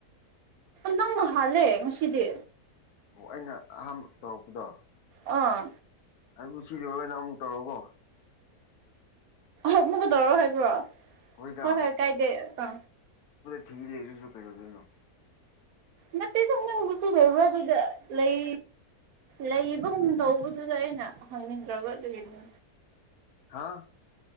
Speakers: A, on the right (about 75°); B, on the left (about 75°).
A: ꯅꯪꯅ ꯍꯂꯦ ꯉꯁꯤꯗꯤ
B: ꯑꯣ ꯑꯩꯅ ꯑꯍꯥꯟꯕ ꯇꯧꯔꯛꯄꯗꯣ
A: ꯑꯥ
B: ꯑꯗꯨꯕꯨ ꯁꯤ ꯂꯔꯣꯏꯅ ꯑꯃꯨꯛ ꯇꯧꯔꯔꯕꯣ
A: ꯑ ꯃꯨꯕꯨꯗꯧꯔꯣ ꯍꯥꯏꯕ꯭ꯔꯣ
B: ꯍꯣꯏꯗ
A: ꯍꯣꯏ ꯍꯣꯏ ꯀꯥꯏꯗꯦ ꯑ
B: ꯐꯤ ꯂꯩꯔꯤꯁꯨ ꯆꯨꯀꯦ ꯆꯧꯣ
A: ꯅꯠꯇ ꯁꯅ ꯔ ꯋꯥꯗꯨꯗ ꯂꯩ ꯂꯩꯕꯒꯨꯝ ꯇꯧꯕꯗꯨꯗ ꯑꯩꯅ ꯈꯪꯅꯤꯡꯗ꯭ꯔꯕ ꯑꯗꯨꯒꯤꯅꯤ
B: ꯍꯥꯥ